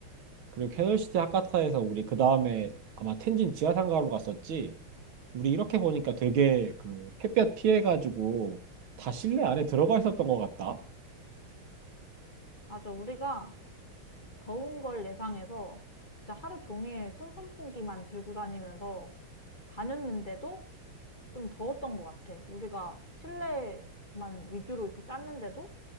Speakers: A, on the right; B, on the left.
A: 그리고 캐널시티 하카타에서 우리 그 다음에 아마 텐진 지하상가로 갔었지. 우리 이렇게 보니까 되게 그 햇볕 피해가지고 다 실내 안에 들어가 있었던 것 같다.
B: 맞아, 우리가 더운 걸 예상해서 진짜 하루 종일 손 선풍기만 들고 다니면서 다녔는데도 좀 더웠던 것 같아. 우리가 실내만 위주로 이렇게 짰는데도